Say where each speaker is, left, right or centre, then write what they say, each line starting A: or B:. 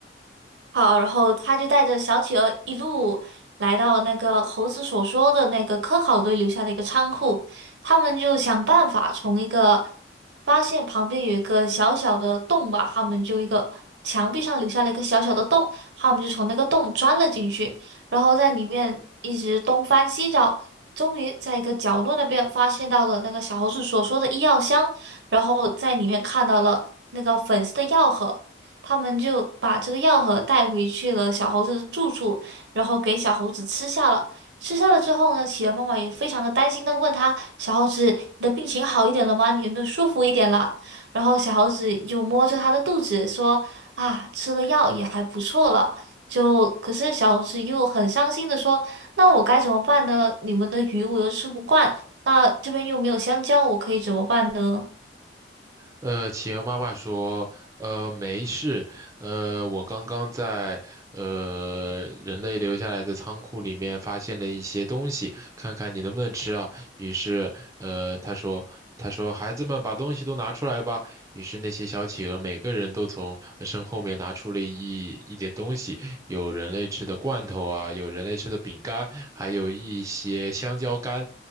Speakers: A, on the right; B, on the right.
A: 好，然后他就带着小企鹅一路来到那个猴子所说的那个科考队留下的一个仓库，他们就想办法从一个发现旁边有一个小小的洞吧，他们就一个墙壁上留下了一个小小的洞，他们就从那个洞钻了进去，然后在里面一直东翻西找，终于在一个角落那边发现到了那个小猴子所说的医药箱，然后在里面看到了那个粉色的药盒。他们就把这个药盒带回去了小猴子的住处，然后给小猴子吃下了。吃下了之后呢，企鹅妈妈也非常的担心的问他：“小猴子，你的病情好一点了吗？你有没有舒服一点了？”然后小猴子又摸着他的肚子说：“啊，吃了药也还不错了。”就可是小猴子又很伤心的说：“那我该怎么办呢？你们的鱼我又吃不惯，那这边又没有香蕉，我可以怎么办呢？”
B: 呃，企鹅妈妈说，呃，没事，呃，我刚刚在呃人类留下来的仓库里面发现了一些东西，看看你能不能吃啊。于是，呃，他说，他说，孩子们把东西都拿出来吧。于是那些小企鹅每个人都从身后面拿出了一一点东西，有人类吃的罐头啊，有人类吃的饼干，还有一些香蕉干。